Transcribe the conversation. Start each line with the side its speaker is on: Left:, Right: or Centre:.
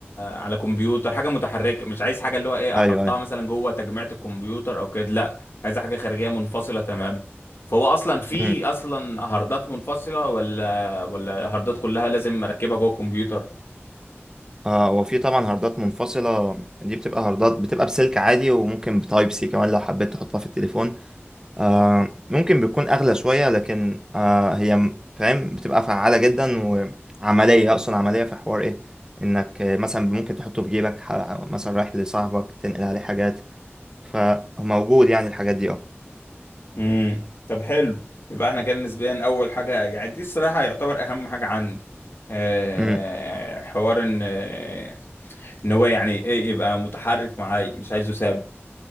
Left: على كمبيوتر حاجه متحركه مش عايز حاجه اللي هو ايه
Right: ايوه
Left: احطها
Right: ايوه
Left: مثلا جوه تجميعة الكمبيوتر او كده لا عايز حاجه خارجيه منفصله تمام فهو اصلا في
Right: امم
Left: اصلا هاردات منفصله ولا ولا هاردات كلها لازم اركبها جوه الكمبيوتر
Right: آه وفي طبعا هاردات منفصلة دي بتبقى هاردات بتبقى بسلك عادي وممكن بتايب سي كمان لو حبيت تحطها في التليفون آه ممكن بتكون أغلى شوية لكن آه هي م- فاهم بتبقى فعالة جدا وعملية أقصد عملية في حوار إيه إنك آه، مثلا ممكن تحطه في جيبك ح- مثلا رايح لصاحبك تنقل عليه حاجات فموجود يعني الحاجات دي أه
Left: امم طب حلو يبقى احنا كده نسبيا اول حاجه يعني دي الصراحه يعتبر اهم حاجه عندي أه
Right: أمم،
Left: حوار ان آه، ان هو يعني ايه يبقى متحرك معايا مش عايزه ثابت